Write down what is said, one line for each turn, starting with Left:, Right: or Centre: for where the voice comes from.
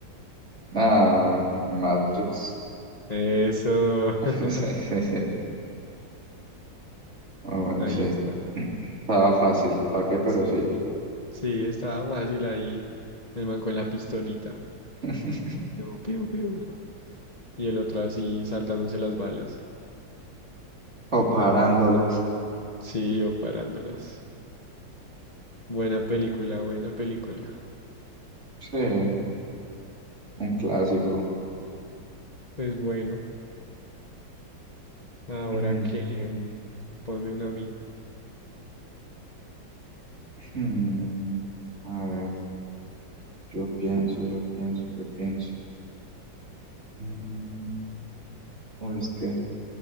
Right: Ah, Matrix.
Left: Eso.
Right: <laughs>
Left: <laughs>
Right: sí, sí, sí. Ah, bueno,
Left: Ahí
Right: sí.
Left: está.
Right: Estaba fácil, ¿para qué? Pero
Left: Sí,
Right: sí.
Left: sí, estaba fácil ahí. El man con la pistolita.
Right: <laughs>
Left: Piu, piu, piu. Y el otro así saltándose las balas.
Right: O parándolas.
Left: Sí, yo parándolas. Buena película, buena película.
Right: Sí, un clásico.
Left: Pues bueno, ahora
Right: Mm,
Left: que
Right: qué-
Left: mm, ponme una a mí.
Right: hmm, A ver, yo pienso, yo pienso, yo pienso. Mm, O es que,